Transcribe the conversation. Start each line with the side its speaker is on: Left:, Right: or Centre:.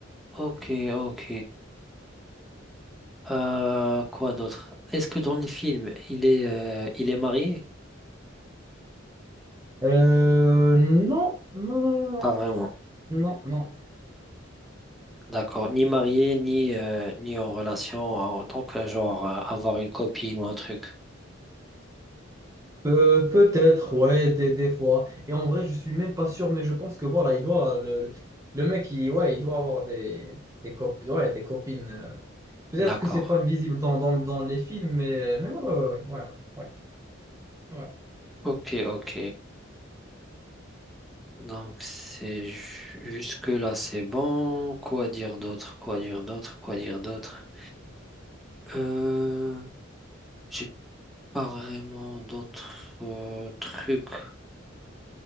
Centre: Ok, ok. Euh, quoi d'autre? Est-ce que dans les films, il est euh, il est marié?
Right: Euh, non, non, non, non,
Centre: Pas vraiment.
Right: non, non, non.
Centre: D'accord. Ni marié, ni, euh, ni en relation. euh, Donc, euh, genre, euh, avoir une copine ou un truc.
Right: Euh, peut-être, ouais, des, des fois. Et en vrai, je suis même pas sûr, mais je pense que voilà, il doit le, le mec, il, ouais, il doit avoir des, des, cop- ouais, des copines. euh. Peut-être
Centre: D'accord.
Right: que c'est pas visible dans, dans, dans les films, mais, mais ouais, ouais, ouais, ouais, ouais, ouais. ouais.
Centre: Ok, ok. Donc, c'est ju- jusque-là, c'est bon. Quoi dire d'autre? Quoi dire d'autre? Quoi dire d'autre? Euh, j'ai pas vraiment d'autres euh, trucs.